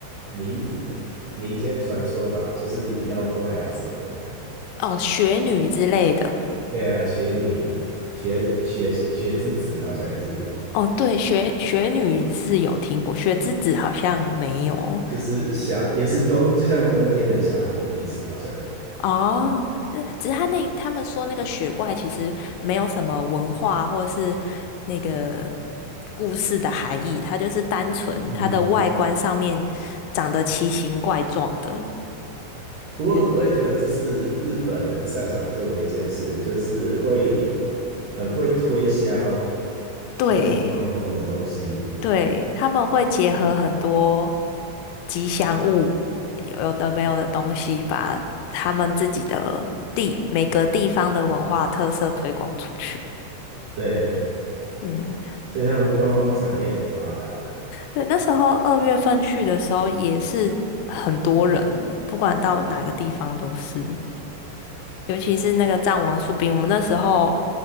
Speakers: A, on the right; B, on the left.
A: 名字、民间传说吧，就是妖怪啊什么的。
B: 哦雪女之类的。
A: 对啊，雪女、雪雪雪之子好像也是，
B: 哦，对，雪雪女是有听过，雪之子好像没有。
A: 就是小，也是冬，就像冬天的小孩的意思，好像。
B: 哦，呃只是他那他们说那个雪怪其实没有什么文化或是那个故事的含义，它就是单纯它的外观上面长得奇形怪状的。
A: 嗯，不过我也觉得这是日本很擅长做的一件事，
B: 对
A: 就是会很会推销，
B: 对，
A: 就是观光的东西。
B: 对，他们会结合很多吉祥物，有有的没有的东西，把他们自己的地每个地方的文化特色推广出去。
A: 对，
B: 嗯。
A: 所以他们观光产业很发达。
B: 对，那时候二月份去的时候也是很多人，不管到哪个地方都是，尤其是那个藏王树冰，我们那时候